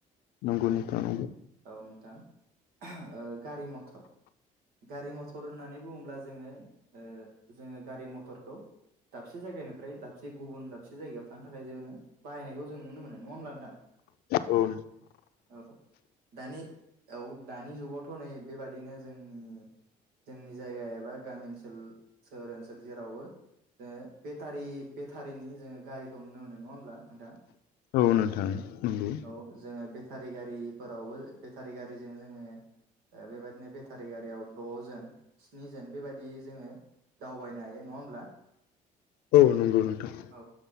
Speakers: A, on the left; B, on the right.
A: नंगौनिथा नंगौ <unintelligible>
B: औ नोंथां गारि मथर गारि मथर होननानै बुङोब्ला जोङो ओ जोङो गारि मथरखौ दाबसे जायगानिफ्राय दाबसे गुबुन दाबसे जायगायाव थांनो थाखाय जोङो बायनायखौ जों नुनो मोनो नङा होमब्ला नोंथां।
A: औ
B: औ दानि औ दानि जुगावथ' नै बेबादिनो जोंनि जोंनि जायगा एबा गामि ओनसोल सोहोर ओनसोल जेरावबो ओ जोङो बेटारि बेटारिनि जोङो गारिखौ नुनो मोनो नङा होमब्ला नोंथां
A: औ नोंथां नंगौ‌
B: औ जोङो बेटारि गारिफोरावबो बेटारि गारिजों जोङो ओ बेबायदिनो बे सारिगारियाव द'जोन स्निजोन बेबायदि जोङो दावबायनो हायो नङा होमब्ला‌ <inaudible>
A: औ नंगौ नोंथां।
B: औ